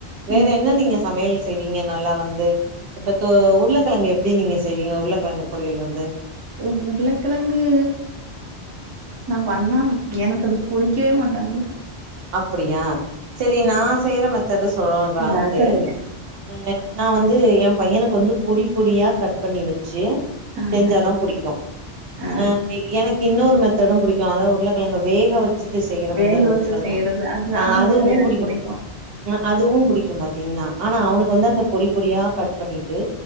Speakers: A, on the right; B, on the right.
A: வேற
B: ம்.
A: என்ன நீங்க சமயல் செய்வீங்க நல்லா வந்து இப்பத் ஊர் உருளக்கெழங்கு எப்டி நீங்க செய்வீங்க உருளக்கெழங்கு பொறியல் வந்து
B: உருளக்கெழங்கு நா பண்ணா எனக்கு அது புடிக்கவே மாட்டேங்கிது
A: அப்டியா சேரி நா செய்ற மெத்தடு சொல்றே
B: ஆ
A: வந்து
B: சொல்லுங்க.
A: அ நா வந்து எ பையனுக்கு வந்து பொடி பொடியா கட் பண்ணி வச்சு
B: ஆஹ
A: செஞ்சாதா புடிக்கு
B: ஆ
A: அ எனக்கு இன்னோரு மெத்தடு புடிக்கு அதா உருளக்கெழங்க வேக வச்சுட்டு செய்யுற
B: வேக
A: மெத்தடுருக்கு
B: வச்சு செய்யறது அது
A: ஆ
B: அந்த
A: அதுவு
B: மெத்தட் எனக்கு
A: புடிக்கு
B: புடிக்கும்.
A: அதுவு புடிக்கு பாத் தீங்னா ஆனா அவனுக்கு வந்து அந்த பொடி பொடியா கட் பண்ணிட்டு